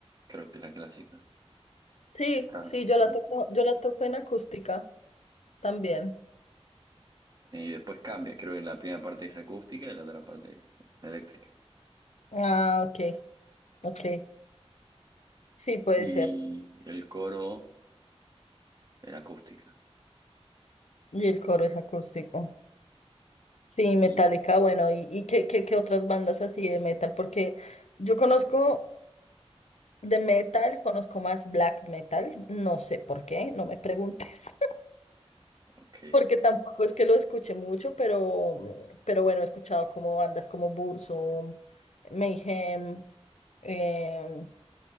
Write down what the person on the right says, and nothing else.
creo que es la clásica,
claro.
claro.
Eh, Y después cambia, creo que la primera parte es acústica y la otra parte es eléctrica.
Y
el coro en acústica.
Y,
ok,